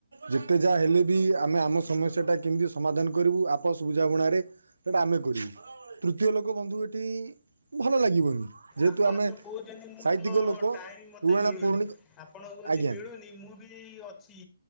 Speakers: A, on the right; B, on the left.
A: ଯେତେ ଯାହା ହେଲେ, ବି ଆମେ ଆମ ସମସ୍ୟାଟା କେମିତି ସମାଧାନ କରିବୁ ଆପସ ବୁଝାମୁଣାରେ ସେଟା ଆମେ କରିବୁ ତୃତୀୟ ଲୋକ ବନ୍ଧୁ ଏଠି ଭଲ ଲାଗିବନି। ଯେହେତୁ
B: ଆପଣ
A: ଆମେ
B: ତ କହୁଛନ୍ତି ମୁଁ
A: ସାହିତ୍ୟିକ
B: ତ
A: ଲୋକ
B: ଟାଇମ ମତେ
A: ପୁରୁଣା
B: ମିଳୁନି,
A: ପୁରୁଣି
B: ଆପଣଙ୍କୁ ଯଦି
A: ଆଜ୍ଞା
B: ମିଳୁନି ମୁଁ ବି ଅଛି